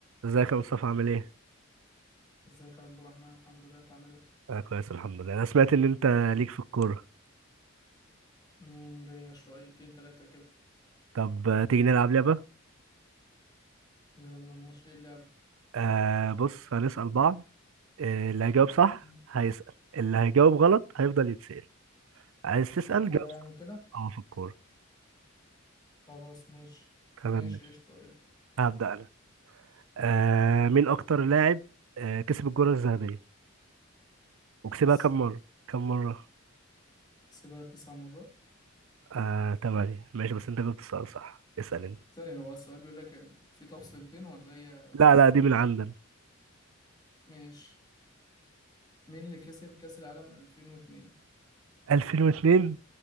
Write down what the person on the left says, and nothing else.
ازيك يا عبد الرحمن الحمد لله انت عامل ايه
امم ليا شويتين تلاتة كده
يلا ماشي ايه اللعب
مم.
في الكورة
يعني
وكده
خلاص ماشي
ماشي
ايش طيب
ميسي
كسبها تسع مرات
ثانية هو السؤال بيقول لك في تفصيلتين ولا هي
ماشي مين اللي كسب كأس العالم 2002